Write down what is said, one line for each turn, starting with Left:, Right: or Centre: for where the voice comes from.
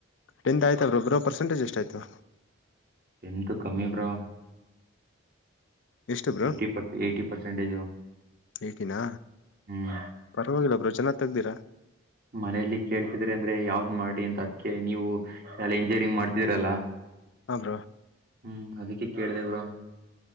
Left: ಟೆಂತ್ ಆಯ್ತ ಬ್ರೋ ಬ್ರೋ ಪರ್ಸೆಂಟೇಜ್ ಎಷ್ಟ ಆಯ್ತು
Right: ಎಂಟು ಕಮ್ಮಿ ಬ್ರೋ
Left: ಎಷ್ಟ bro
Right: eighty per eighty percentage
Left: ಏಟಿನ
Right: ಹ್ಮ್
Left: ಪರವಾಗಿಲ್ಲ ಬ್ರೋ ಚೆನ್ನಾಗ ತಗ್ದಿರಾ
Right: ಮನೇಲಿ ಕೇಳ್ತಿದ್ರಿ ಅಂದ್ರೆ ಯಾವ್ದ್ ಮಾಡಿ ಅಂತ ಅದ್ಕ ನೀವು ಎಲ್ಲ ಇಂಜಿನಿಯರಿಂಗ್ ಮಾಡ್ತಿದ್ರಲ್ಲ
Left: ಹ ಬ್ರೋ
Right: ಹೂ ಅದಕ್ಕೆ ಕೇಳ್ದೆ ಬ್ರೋ